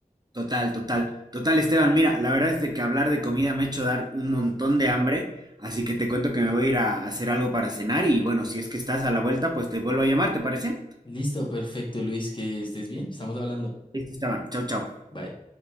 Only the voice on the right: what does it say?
Total, total. Total, Esteban, mira, la verdad es de que hablar de comida me ha hecho dar un montón de hambre, así que te cuento que me voy a ir a hacer algo para cenar y bueno, si es que estás a la vuelta, pues te vuelvo a llamar, ¿te parece?
Listo, Esteban. Chao, chao.